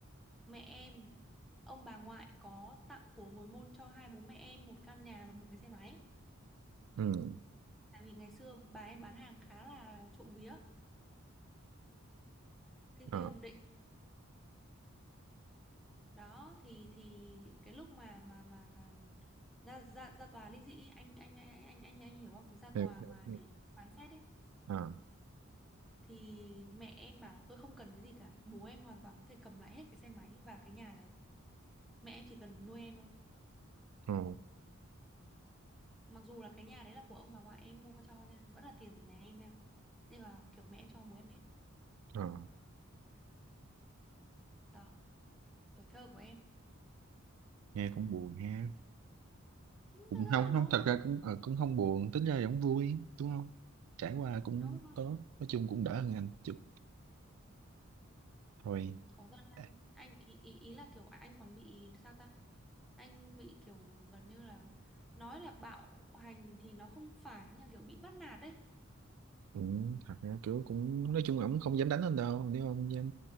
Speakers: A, in the centre; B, on the right.
A: mẹ em ông bà ngoại có tặng của hồi môn cho hai bố mẹ em một căn nhà và một cái xe máy
B: ừ
A: tại vì ngày xưa bà em bán hàng khá là trộm vía kinh
B: à
A: tế ổn định đó thì thì cái lúc mà mà mà ra ra ra tòa ly dị ấy, anh anh anh anh anh anh hiểu không ra tòa
B: em
A: mà để phán xét ấy
B: à
A: thì mẹ em bảo là tôi không cần cái gì cả bố em hoàn toàn có thể cầm lại hết cái xe máy và cái nhà đấy mẹ em chỉ cần nuôi em thôi
B: ồ
A: mặc dù là cái nhà đấy là của ông bà ngoại em mua cho nha vẫn là tiền của nhà em nha nhưng mà kiểu mẹ em cho bố em hết
B: à,
A: đó tuổi thơ của em
B: nghe cũng buồn ha
A: ừ,
B: cũng
A: thật ra
B: không
A: là nó
B: không thật ra cũng ờ, cũng không buồn tính ra cũng vui đúng không trải qua cũng
A: đúng rồi
B: tốt nói chung cũng đỡ hơn anh chút thôi
A: ừ, khổ thân anh
B: À,
A: anh ý, ý, ý là kiểu anh còn bị sao ta anh bị kiểu gần như là nói là bạo hành thì nó không phải nhưng kiểu bị bắt nạt đấy
B: Ừ, thật ra kiểu cũng nói chung là ổng không dám đánh anh đâu nếu ông dám